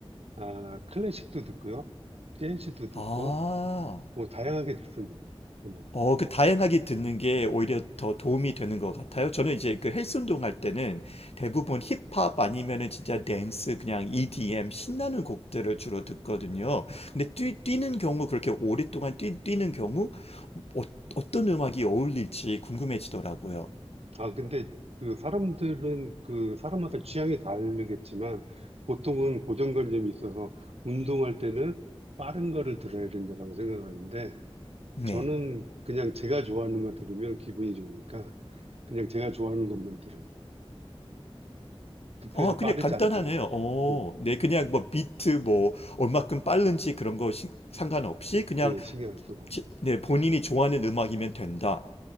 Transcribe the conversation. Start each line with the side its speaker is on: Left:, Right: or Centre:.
Right: 아 클래식도 듣고요. 재즈도 듣고
Left: 아,
Right: 뭐 다양하게 듣습니다. 음악.
Left: 어, 그 다양하게 듣는 게 오히려 더 도움이 되는 것 같아요. 저는 이제 그 헬스 운동할 때는 대부분 힙합 아니면은 진짜 댄스 그냥 EDM 신나는 곡들을 주로 듣거든요. 근데 뛰, 는 경우 그렇게 오랫동안 뛰, 뛰는 경우 어, 어떤 음악이 어울릴지 궁금해지더라고요.
Right: 아 근데 그 사람들은 그 사람마다 취향이 다르겠지만 보통은 고정관념이 있어서 운동할 때는 빠른 거를 들어야 된다라고 생각하는데
Left: 네.
Right: 저는 그냥 제가 좋아하는 거 들으면 기분이 좋으니까 그냥 제가 좋아하는 것만 들어요. 특별히
Left: 아, 그냥
Right: 빠르지
Left: 간단하네요.
Right: 않더라도,
Left: 어,
Right: 예,
Left: 네, 그냥 뭐 비트 뭐 얼마큼 빠른지 그런 거 신- 상관없이 그냥
Right: 예, 신경 안 쓰고,
Left: 지- 네, 본인이 좋아하는 음악이면 된다.